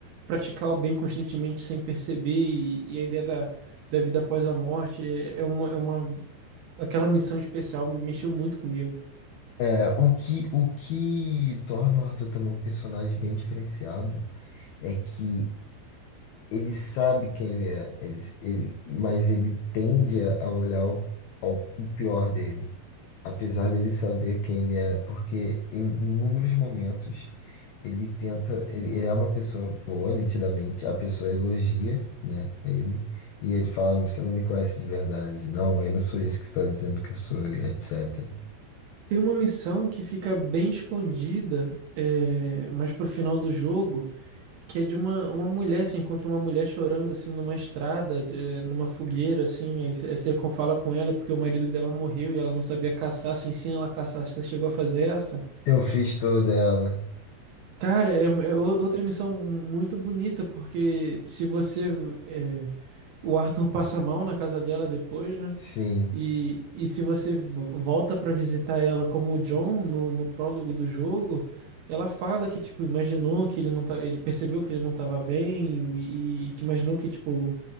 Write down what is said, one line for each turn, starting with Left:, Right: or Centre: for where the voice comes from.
Right: praticar o bem constantemente sem perceber. E, e a ideia da, da vida após a morte é, é uma, é uma. Aquela missão especial mexeu muito comigo.
Left: é, o que, o que torna o Arthur também um personagem bem diferenciado é que ele sabe quem ele é, ele, ele, mas ele tende a a olhar o, ao- o pior dele, apesar dele saber quem ele é, porque em inúmeros momentos ele tenta, ele, ele é uma pessoa boa, nitidamente, a pessoa elogia, né, ele, e ele fala, você não me conhece de verdade, não, eu não sou isso que você está dizendo que eu sou, e etc.
Right: Tem uma missão que fica bem escondida, é, mas pro final do jogo, que é de uma, uma mulher, você encontra uma mulher chorando assim numa estrada, é, numa fogueira, assim, aí, aí você con- fala com ela porque o marido dela morreu e ela não sabia caçar, você ensina ela a caçar, você chegou a fazer essa?
Left: Eu fiz toda ela,
Right: Cara, é, é o- outra missão muito bonita, porque se você. é, o Arthur passa mal na casa dela depois, né?
Left: sim,
Right: E, e se você vo- volta pra visitar ela como o John no, no prólogo do jogo, ela fala que, tipo, imaginou que ele não tá, ele percebeu que ele não tava bem e, e que imaginou que, tipo,